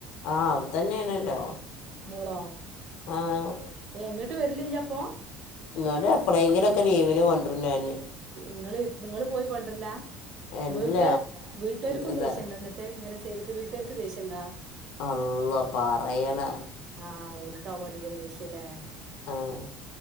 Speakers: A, on the left (about 60°); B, on the right (about 35°).
A: ആഹ് അവുട് തന്നെയാണല്ലോ
B: മോളോ
A: ആഹ്
B: ഏഹ് ങ്ങട്ട് വരലില്ലപ്പൊ?
A: ങ്ങട്ട് എപ്പളേങ്കിലൊക്കെ ലീവിന് കൊണ്ടരും ഞാന്
B: ങ്ങള് ങ്ങള് പോയി കൊണ്ടർലാ
A: അല്ല
B: വീട്ട് വീട്ടാർക്കും
A: എന്താ
B: ദേഷ്യണ്ടോ ന്ന് ട്ട് ങ്ങനെ ചെയ്തിട്ട് വീട്ടാർക്ക് ദേഷ്യംണ്ടാ?
A: അള്ളാ പറയണൊ
B: ആഹ് ഓൽക്കാവും അധികം ദേഷ്യല്ലേ
A: ആഹ്